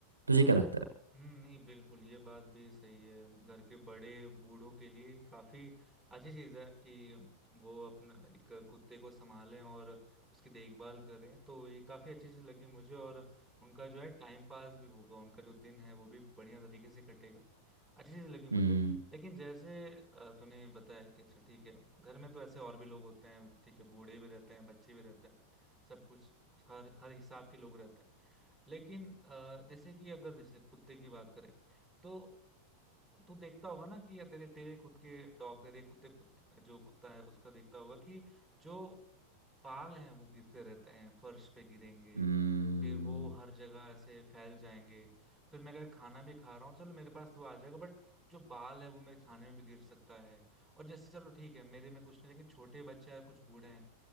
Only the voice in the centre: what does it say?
हम्म, नहीं बिल्कुल ये बात भी सही है घर के बड़े बूढ़ों के लिए काफी अच्छी चीज है कि वो अपने एक कुत्ते को संभालें और उसकी देखभाल करें तो ये काफी अच्छी चीज लगी मुझे और उनका जो है टाइम पास भी होगा उनका जो दिन है वो भी बढ़िया तरीके से कटेगा अच्छी चीज लगी मुझे
लेकिन जैसे अ, तूने बताया कि अच्छा ठीक है घर में तो ऐसे और भी लोग होते हैं ठीक है बूढ़े भी रहते हैं बच्चे भी रहते हैं सब कुछ हर हर हिसाब के लोग रहते हैं लेकिन अ, जैसे कि अगर जैसे कुत्ते की बात करें तो तू देखता होगा ना कि या तेरे तेरे खुद के डॉग तेरे कुत्ते कुत्ते जो कुत्ता है उसका देखता होगा कि जो बाल हैं वो गिरते रहते हैं फर्श पे गिरेंगे
फिर वो हर जगह ऐसे फैल जाएंगे फिर मैं अगर खाना भी खा रहा हूँ चलो मेरे पास तो वो आ जाएगा बट जो बाल है वो मेरे खाने में भी गिर सकता है और जैसे चलो ठीक है मेरे में कुछ नहीं लेकिन छोटे बच्चे या कुछ बूढ़े हैं